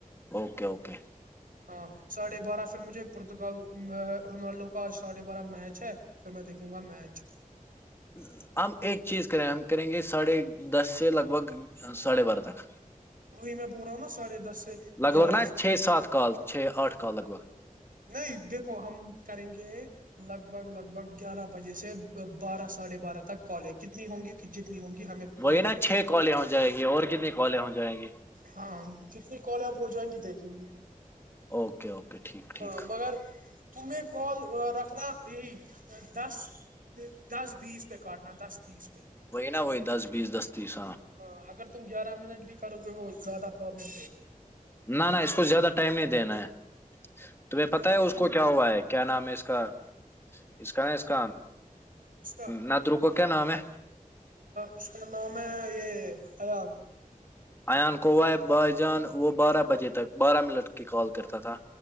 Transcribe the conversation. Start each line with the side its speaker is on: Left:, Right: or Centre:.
Left: اوکے اوکے
Right: ہاں ساڑھے بارہ پھر مجھے پورتگال رونالڈو کاج ساڑھے بارہ میچ ہے پھر میں دیکھوں گا میچ
Left: جی ہم ایک چیز کریں ہم کریں گے ساڑھے دس سے لگ بھگ ساڑھے بارہ تک
Right: وہی میں بول رہا ہوں نا ساڑھے دس سے
Left: لگ
Right: گیارہ
Left: بھگ نا
Right: سے
Left: چھ سات کال چھ آٹھ کال لگ بھگ
Right: نہیں دیکھو ہم کریں گے لگ بھگ لگ بھگ گیارہ بجے سے بارہ ساڑھے بارہ تک کالے کتنی ہوں گی جتنی ہوں گی ہمیں
Left: وہی
Right: وہ
Left: نا
Right: دے
Left: چھ کالیں ہو جائیں گی اور کتنی کالیں ہو جائیں گی
Right: ہاں جتنے کالے آپ ہو جائیں گے دیکھیں گے
Left: اوکے اوکے ٹھیک ٹھیک
Right: ہاں مگر تمہیں کال رکھنا یہی دس دس بیس پہ کاٹنا دس تیس پہ
Left: وہی نہا وہی دس بیس دستی س
Right: ہاں اگر تم گیارہ منٹ بھی کرو زیادہ پابلم
Left: نہ نہ اس کو زیادہ ٹائم نہیں دینا ہے تمہیں
Right: گی
Left: پتتا ہے اس کو کیا ہوا ہے کہ کیا نام ہے اس کا اس کا ن اس کا
Right: اس کا
Left: ناد رکو کیا نام ہے
Right: اس کا نام ہے یہ اییاان
Left: ایان کوو ہے بھائی جان وہ بارہ بجے تک بارہ منٹ کی کال کرتا تھا